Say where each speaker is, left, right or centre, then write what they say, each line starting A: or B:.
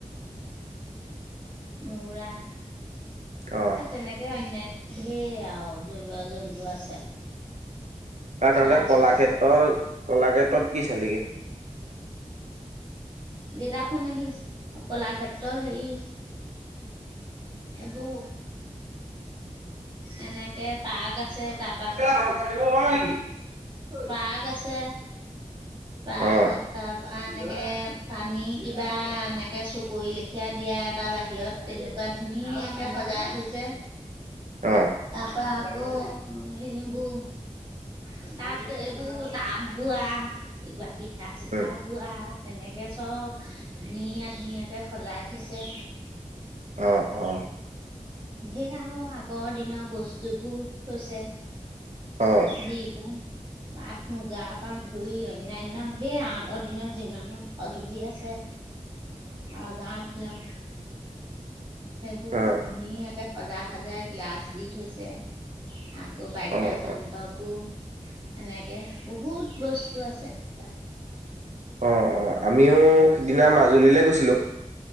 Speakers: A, on the right; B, on the right.
A: মূৰা
B: অ'।
A: এ তেনেকে অনান্য ধেৰ আৰু জৈৱ জন্তু আছে
B: কাৰ
A: চৰাই
B: তে কলাক্ষেত্ৰ
A: চিৰিকটি
B: কলাক্ষেত্ৰত কি চালিগে
A: দি ৰাখো নাহি কলাক্ষেত্ৰ সেই সেইবোৰ এনেকে পাক আছে তাপা
B: নেকি
A: বাঘ আছে পাকত
B: অ',
A: তাপ বা এনেকে পানী কিবা এনেকে চকৰি লেখিয়া দিয়া এটা বাহিৰত তেনেকুৱা ধুনীয়াকে সজাই থৈছে
B: অ
A: ত পৰা আকৌ এইবোৰ তাত এইবোৰ তাঁত বোৱা কিবা পিঠা চিঠা
B: উম,
A: বোৱা তেনেকে চব ধুনীয়া ধুনীয়াকে সজাই থৈছে
B: অ অ
A: ধেই আও আগ গৰ দিনৰ বস্তুবোৰ থৈছে
B: অ', অ'।
A: বি ব পাট মুগাৰ পা ধুই অনান্য ঢেৰ আগৰ দিনৰ যিমান সঁজুলি আছে ৰজাৰ দিনৰ সেইবোৰ
B: অ',
A: ধুনীয়াকে সজাই সজাই গ্লাচ দি থৈছে আকৌ বাই বাদ্য
B: অ',
A: যন্ত অ এনেকে বহুত বস্তু আছে তাত
B: অ', অ আমিও সিদিনা মাজুলীলে গৈছিলো